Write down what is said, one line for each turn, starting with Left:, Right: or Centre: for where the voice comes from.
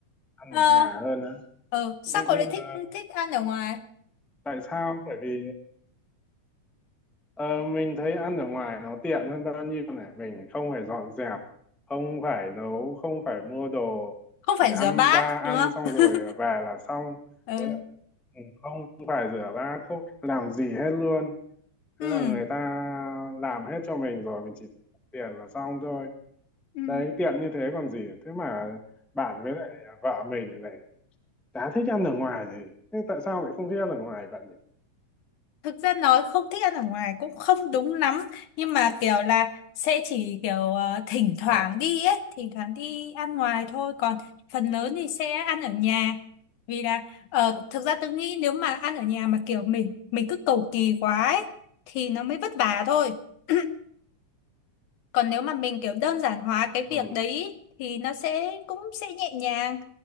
Centre: ăn
Left: ờ,
Centre: ở nhà hơn á.
Left: ờ, sao
Centre: Nhưng
Left: cậu
Centre: nhưng
Left: lại
Centre: mà
Left: thích thích ăn ở ngoài
Centre: tại sao? Bởi vì ờ, mình thấy ăn ở ngoài nó tiện hơn bao nhiêu này, mình không phải dọn dẹp, không phải nấu, không phải mua đồ,
Left: không
Centre: chỉ
Left: phải
Centre: ăn
Left: rửa bát
Centre: ra
Left: đúng
Centre: ăn
Left: không
Centre: xong rồi
Left: <laughs>
Centre: về là xong
Left: ừ
Centre: với Ừ, không phải rửa bát không làm gì hết luôn
Left: ừ
Centre: tức là người ta làm hết cho mình rồi mình chỉ tiền là xong thôi
Left: ừ
Centre: đấy tiện như thế còn gì thế mà bạn với lại vợ mình lại chả thích ăn ở ngoài gì thế tại sao lại không thích ăn ở ngoài bạn nhỉ
Left: thực ra nói không thích ăn ở ngoài cũng không đúng lắm nhưng mà kiểu là sẽ chỉ kiểu ờ, thỉnh thoảng
Centre: à,
Left: đi ấy thỉnh thoảng đi ăn ngoài thôi còn phần lớn thì sẽ ăn ở nhà vì là ờ, thực ra tôi nghĩ nếu mà ăn ở nhà mà kiểu mình mình cứ cầu kỳ quá ấy, thì nó mới vất vả thôi <clears throat> Còn nếu mà mình kiểu đơn giản hóa cái
Centre: ừ.
Left: việc đấy ý, thì nó sẽ cũng sẽ nhẹ nhàng.